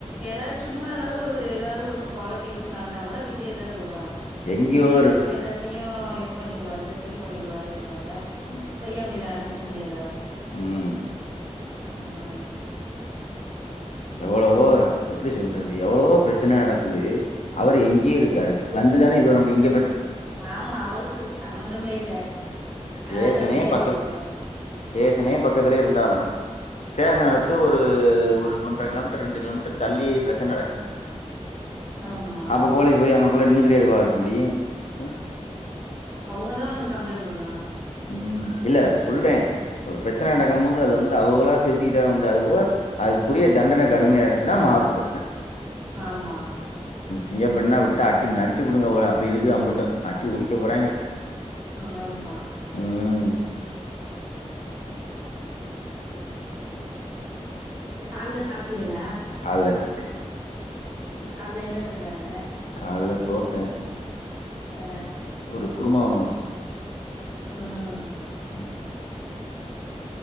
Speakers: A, on the right; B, on the left.
A: ஏதாது சும்மா எதாது ஒரு எதாது ஒரு கொல கேசு நடந்தா கூட விஜய தா சொல்றாங்க
B: எங்கேயோ
A: விஜய்
B: ஒரு
A: வந்து இப்ப எல்ல த்தையு இது பண்ணிருவாரு செரி பண்ணிருவாருன்றாங்க
B: ம்
A: அப்ப ஏ இப்டி நடந்துச்சுன் கேக்கறாங்க
B: ம்
A: ஆமா
B: எவ்ளவோ எப்டி சொல்றது எவ்ளோவோ பிரச்சன நடக்குது அவரு எங்யோ இருக்காரு
A: ஆமா
B: வந்துதான இது பண்ண முடியி
A: ஆமா அவுளுக்கு இதுக்கு சம்மந்தமே இல்ல
B: ஸ்டேஷனே
A: அதனால விஜய
B: பக்கத்
A: சேத்துருவ
B: ஸ்டேஷனே பக்கத்துலே இருந்தாலு <inaudible> ஸ்டேஷன விட்டு
A: ஆ
B: ஒரு ஒரு ஒன்ற கிலோமீட்ரு ரெண்டு கிலோமீட்ரு தள்ளி பிரச்சன நடக்
A: ஆமா
B: அப்ப போலீஸ் போயி அங் உள்ள நின்னுகிட்டேவா இருக்கவா இருக்க முடியு அ
A: அவங்கதா வந்து கம்ப்ளைண்ட் குடுக்கணு
B: ம் இல்ல சொல்றே ஒரு ப்ரெச்சன
A: ம்
B: நடக்கம்மோது அது வந்து அவுங்களா திருத்தீட்டா உண்டு அதுபோக அதுக்குரிய தண்டன கடுமயா இருன்ச்சுனா மாறும் ப்ரெச்சன
A: ஆமா
B: சிங்க பெண்ணா விட்டு ஆட்டி நச்சு குடுங்க அவுகள அப்பி இருக்கு அம்புட்டு அட்டி உறிக்க போறாய்ங்க
A: ஆமா
B: ம்
A: கால்ல சாப்ட்டீங்கள
B: கால்ல சாப்டே
A: உம் கால்ல என்ன செஞ்சாங்க
B: கால்ல தோச
A: அ
B: ஒரு குர்மா ஒண்ணு வச் ச்சு
A: ம்
B: ம்